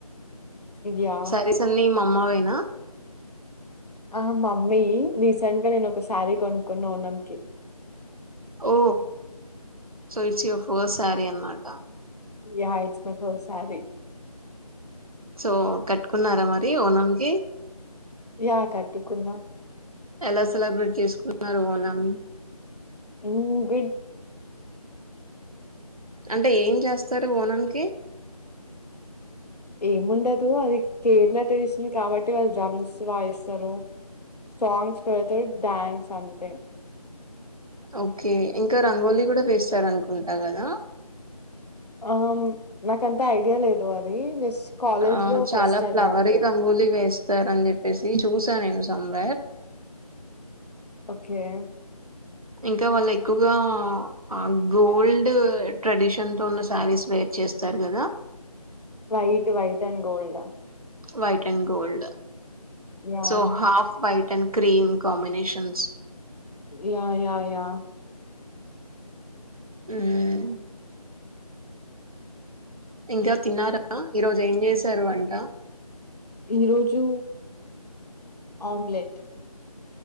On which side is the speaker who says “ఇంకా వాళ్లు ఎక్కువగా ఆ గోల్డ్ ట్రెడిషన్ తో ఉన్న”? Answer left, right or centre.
Right